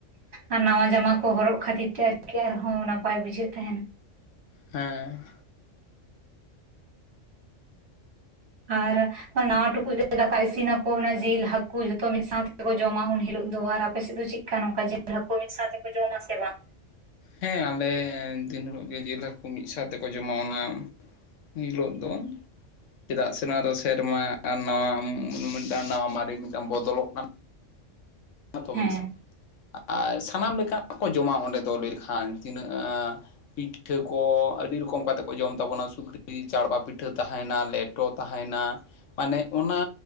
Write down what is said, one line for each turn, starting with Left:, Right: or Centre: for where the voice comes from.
Right: ᱟᱨ ᱱᱟᱣᱟ ᱡᱟᱢᱟ ᱠᱚ ᱦᱚᱨᱚᱜ ᱠᱷᱟᱹᱛᱤᱨ ᱛᱮ ᱟᱨᱠᱤ ᱟᱨᱦᱚᱸ ᱱᱟᱯᱟᱭ ᱵᱩᱡᱷᱟᱹᱜ ᱛᱟᱦᱮᱱᱟ
Left: ᱦᱮᱸ
Right: ᱟᱨ ᱱᱟᱣᱟ ᱴᱩᱠᱩᱡ ᱨᱮ ᱫᱟᱠᱟ ᱤᱥᱤᱱᱟᱠᱚ ᱚᱱᱟ ᱡᱤᱞ ᱦᱟᱹᱠᱩ ᱡᱷᱚᱛᱚ ᱢᱤᱫ ᱥᱟᱸᱶᱛᱮ ᱠᱚ ᱡᱚᱢᱟ ᱩᱱ ᱦᱤᱞᱳᱜ ᱫᱚ ᱟᱨ ᱟᱯᱮ ᱥᱮᱫ ᱫᱚ ᱪᱮᱫ ᱱᱚᱝᱠᱟ ᱡᱤᱞ ᱦᱟᱹᱠᱩ ᱢᱤᱫ ᱥᱟᱸᱣᱛᱮ ᱠᱚ ᱡᱚᱢᱟ ᱥᱮ ᱵᱟᱝ?
Left: ᱦᱮᱸ ᱟᱞᱮ ᱫᱤᱱ ᱦᱤᱞᱳᱜ ᱜᱮ ᱡᱤᱞ ᱦᱟᱹᱠᱩ ᱢᱤᱫ ᱥᱟᱸᱣᱛᱮ ᱠᱚ ᱡᱚᱢᱟ ᱚᱱᱟ ᱦᱤᱞᱳᱜ ᱫᱚ ᱪᱮᱫᱟᱜ ᱥᱮ ᱱᱚᱣᱟ ᱫᱚ ᱥᱮᱨᱢᱟ ᱱᱟᱣᱟ ᱢᱤᱫᱴᱟᱝ ᱱᱟᱣᱟ ᱢᱟᱨᱮ ᱢᱤᱫᱴᱟᱝ ᱵᱚᱫᱚᱞᱚᱜ ᱠᱟᱱᱟ <unintelligible>
Right: ᱦᱮᱸ
Left: ᱥᱟᱱᱟᱢ ᱞᱮᱠᱟᱱᱟᱜ ᱠᱚ ᱡᱚᱢᱟ ᱚᱸᱰᱮ ᱫᱚ ᱞᱟᱹᱭ ᱞᱮᱠᱷᱟᱱ ᱛᱤᱱᱟᱹᱜ ᱮᱸ ᱯᱤᱴᱷᱟᱹ ᱠᱚ ᱟᱹᱰᱤ ᱨᱚᱠᱚᱢ ᱠᱟᱛᱮᱫ ᱠᱚ ᱡᱚᱢ ᱛᱟᱵᱚᱱᱟ ᱥᱩᱠᱨᱤ ᱡᱤᱞ ᱪᱟᱲᱯᱟ ᱯᱤᱴᱷᱟᱹ ᱛᱟᱦᱮᱱᱟ ᱞᱮᱴᱚ ᱛᱟᱦᱮᱱᱟ ᱢᱟᱱᱮ ᱚᱱᱟ